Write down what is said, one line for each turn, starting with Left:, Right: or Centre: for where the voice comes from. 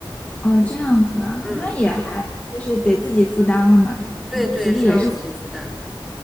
Left: 哦，这样子啊，
Centre: 嗯，
Left: 那也还就是得自己负担了嘛，这部分其实也是。
Centre: 对对，是要自己负担的。